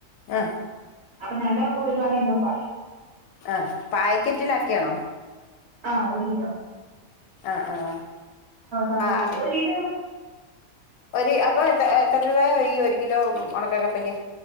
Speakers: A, on the left; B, on the right.
A: ആഹ്
B: അപ്പൊ നല്ല അപ്പ വരുവാണെ എന്നോട് പറയ
A: ആഹ് പാക്കറ്റിലാക്കിയാണോ
B: ആഹ് ഒരു കിലോ
A: ആഹ് ആഹ്
B: കവറിൽ കയറ്റി
A: ആഹ്
B: ഒരു കിലോ
A: ഒരു അപ്പൊ എത്ര എത്ര രൂപയ ഒരു കിലോ ഉണക്ക കപ്പക്ക്